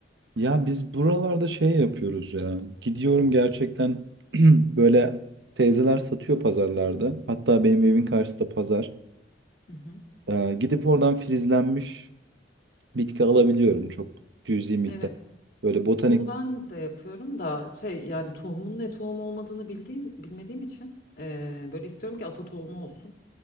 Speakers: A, on the right; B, on the left.
A: Ya biz buralarda şey yapıyoruz ya. Gidiyorum gerçekten <clears throat> böyle teyzeler satıyor pazarlarda. Hatta benim evin karşısında pazar.
B: Hı hı.
A: Ee, gidip oradan filizlenmiş bitki alabiliyorum çok cüzi miktar.
B: Evet,
A: Böyle botanik.
B: onu ben de yapıyorum da şey yani tohumun ne tohum olmadığını bildiğim bilmediğim için ee, böyle istiyorum ki ata tohumu olsun.